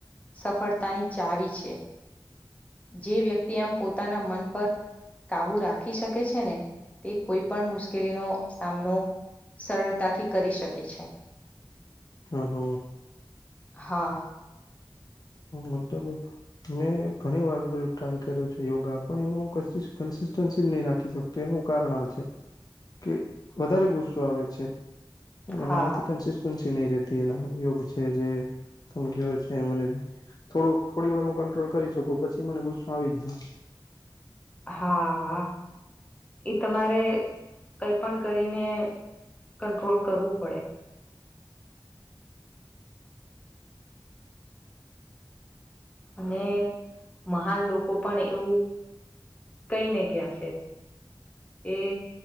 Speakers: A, on the left; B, on the left.
A: સફળતાની ચાવી છે. જે વ્યક્તિ આમ પોતાના મન પર કાબુ રાખી શકે છે ને, તે કોઈ પણ મુશ્કેલીનો સામનો સરળતાથી કરી શકે છે.
B: હ હ.
A: હા.
B: મતલબ, મેં ઘણી વાર બધું ટ્રાય કર્યો છે યોગા પણ એમાં હું ક ન રાખી શક એનું કારણ આ છે.
A: હ <inaudible>
B: કે વધારે ગુસ્સો આવે છે, અને
A: હા
B: મારાથી કેન્સિસ્ટન્સી નહી રતી એના યોગ છે જે સમય છે મને થોડું થોડી વાર હું કંટ્રોલ કરી શકું પછી મને ગુસ્સો આવી જ જાય.
A: હા, એ તમારે કઈ પણ કરીને કંટ્રોલ કરવું પડે. અને મહાન લોકો પણ એવું કઈ નને ક્યાં છે, એ